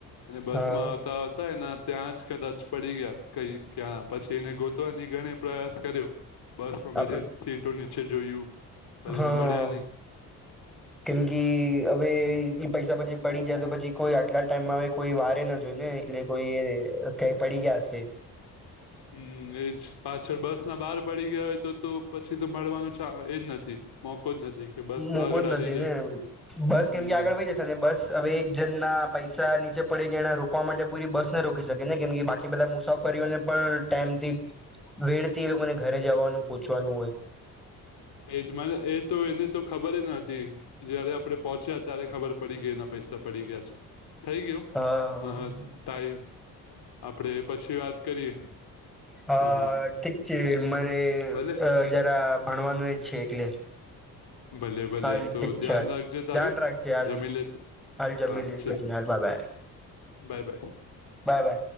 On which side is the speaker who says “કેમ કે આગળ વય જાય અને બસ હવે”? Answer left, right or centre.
Centre